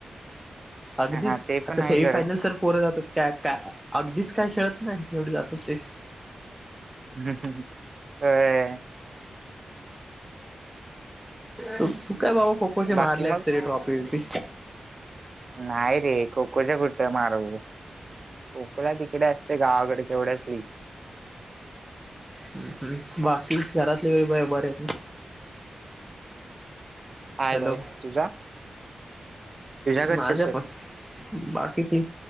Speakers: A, in the centre; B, on the right.
A: अगदीच
B: हा ते
A: आता
B: पण आहे
A: सेमीफायनल
B: खरं
A: सर पोरं जात का का अगदीच काय खेळत नाही एवढे जातात ते
B: हम् ते व्हय
A: त तू काय बाबा खो खोचे
B: बाकी
A: मारले
B: मग
A: अस त र ट्रॉफी वी
B: नाही रे खोकोच्या खुठ मारू खोकला तिकडे असते गावाकडे तेवढच लि
A: हम् हम् बाकी घरातले व बा बरेत ना
B: आहेत
A: हॅलो
B: आहेत तुझ्या घरचे
A: माझ्या पण बाकीची